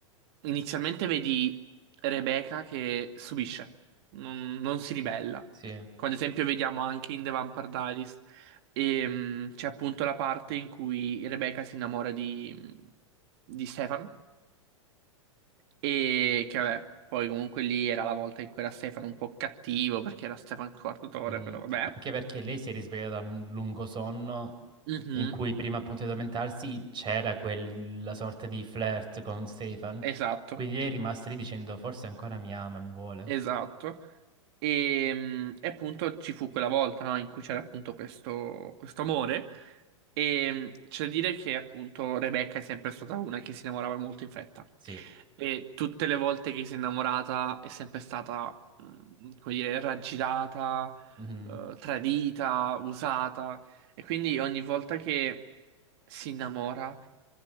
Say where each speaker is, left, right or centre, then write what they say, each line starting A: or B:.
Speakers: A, on the right; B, on the right.
A: inizialmente vedi Rebecca che subisce, non, non si ribella.
B: Sì.
A: Come ad esempio vediamo anche in The Vampire Diaries, ehm, c'è appunto la parte in cui Rebecca si innamora di, di Stefan e che vabbè, poi comunque lì era la volta in cui era Stefan un po' cattivo perché era Stefan Quartatore,
B: Mhm.
A: però vabbè.
B: Anche perché lei si è risvegliata da un lungo sonno
A: Mhm,
B: in cui prima appunto di addormentarsi c'era quella sorta di flirt con Stefan.
A: esatto,
B: Quindi lei è rimasta lì dicendo forse ancora mi ama, mi vuole.
A: esatto. E, mm, e appunto ci fu quella volta, no, in cui c'era appunto questo, questo amore. E mm, c'è da dire che appunto Rebecca è sempre stata una che si innamorava molto in fretta.
B: Sì.
A: E tutte le volte che si è innamorata è sempre stata, mm, come dire, raggirata,
B: Mhm.
A: eh, tradita, usata. E quindi ogni volta che si innamora,